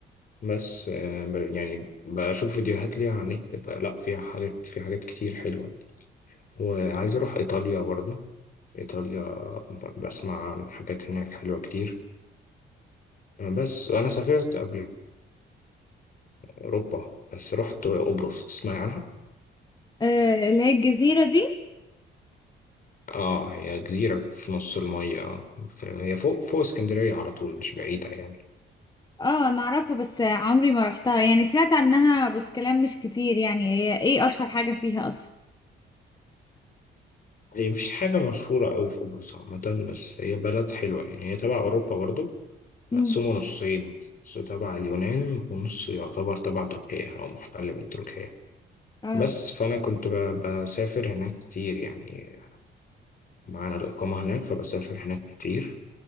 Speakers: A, on the left (about 45°); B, on the left (about 20°).
A: بس آه، ب- يعني بشوف فيديوهات ليها على النت ب- لا فيها حاجات في حاجات كتير حلوة وعايز أروح إيطاليا برضو إيطاليا ب- بسمع عن حاجات هناك حلوة كتير بس أنا سافرت قبل أوروبا بس رحت قبرص تسمعي عنها؟
B: آه اللي هي الجزيرة دي
A: آه هي جزيرة في نص المية ف- هي فوق فوق اسكندرية على طول مش بعيدة يعني
B: اه انا اعرفها بس عمري ما رحتها يعني سمعت عنها بس كلام مش كتير يعني هي ايه اشهر حاجة فيها اصلا
A: هي مفيش حاجة مشهورة قوي في قبرص عامة بس هي بلد حلوة يعني هي تبع أوروبا برضو مقسومة
B: امم
A: نصين نص تبع اليونان ونص يعتبر تبع تركيا أو محتل من تركيا
B: اه
A: بس فأنا كنت ب- بسافر هناك كتير يعني معانا الإقامة هناك فبسافر هناك كتير